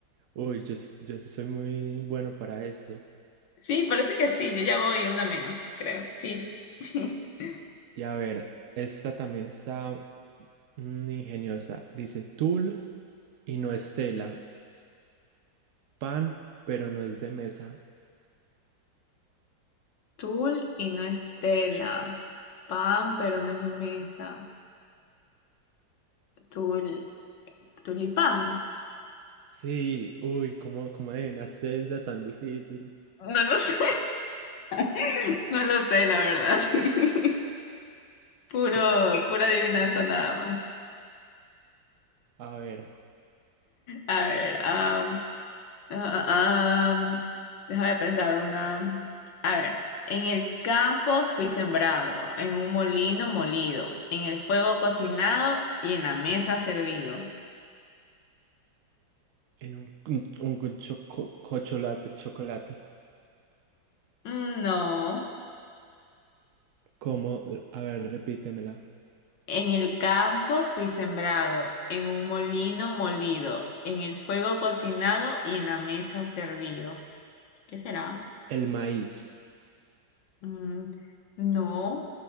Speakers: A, on the right; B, on the left.
A: Uy, yo, s- yo sí soy muy bueno para eso.
B: Sí, parece que sí. Yo ya voy una menos, creo. Sí. <laughs>
A: Y a ver, esta también está mm, ingeniosa. Dice tul y no es tela. Pan, pero no es de mesa.
B: Tul y no es tela. Pan, pero no es de mesa. Tul, tulipán.
A: Sí, uy, ¿cómo, cómo adivinaste esta tan difícil?
B: No lo sé. <laughs> No lo sé, la verdad. <laughs> Puro,
A: Yo-
B: pura adivinanza nada más.
A: a ver,
B: A ver, am, ah, am, déjame pensar una. A ver, en el campo fui sembrado, en un molino molido, en el fuego cocinado y en la mesa servido.
A: en un, un, un choco- chocolate, chocolate.
B: Mm, No.
A: ¿Cómo? A ver, repítemela.
B: En el campo fui sembrado, en un molino molido, en el fuego cocinado y en la mesa servido. ¿Qué será?
A: El maíz.
B: Mm, no,